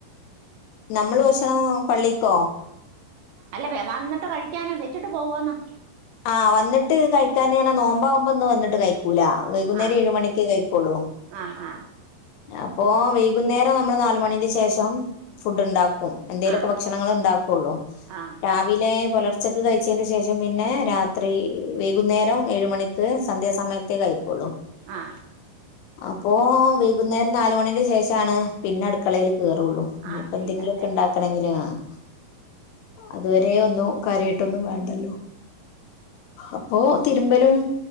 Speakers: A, on the left; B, on the right.
A: നമ്മള് ഭക്ഷണം പള്ളിക്കോ
B: അല്ല വന്നിട്ട് കഴിക്ക്യാനോ വെച്ചിട്ട് പോവോന്ന്
A: ആഹ് വന്നിട്ട് കഴിക്കാനിങ്ങനെ നോമ്പാകുമ്പോ ഇന്ന് വന്നിട്ട് കഴി ക്കൂലാ വൈകുന്നേരം
B: ആ
A: ഏഴ് മണിക്കേ കഴിക്കോളു
B: ആ ആ
A: അപ്പോ വൈകുന്നേരം നമ്മള് നാലുമണിന്റെ ശേഷം ഫുഡ് ഇണ്ടാ ക്കും എന്തെലുവൊക്കെ
B: ആ
A: ഭക്ഷണങ്ങള് ഉണ്ടാക്കുള്ളു
B: ആ
A: രാവിലെ പുലർച്ചക്ക് കഴിച്ചേന്റെ ശേഷം പിന്നെ രാത്രി വൈകുന്നേരം ഏഴു മണിക്ക് സന്ധ്യാസമയത്തേ കഴി ക്കുളു
B: ആ
A: അപ്പോ വൈകുന്നേരം നാലുമണിന്റെ ശേഷാണ് പിന്നെ അടുക്കളേൽ കേറുള്ളൂ ഇനിപ്പം
B: ആ ശരി
A: എന്തെങ്കിലുവൊക്കെ
B: എന്നാലേ
A: ഇണ്ടാക്കണെങ്കില് ആഹ്‌ അതുവരെ ഒന്നും കാര്യവായിട്ടൊന്നും വേണ്ടല്ലോ അപ്പോ തിരുമ്പലും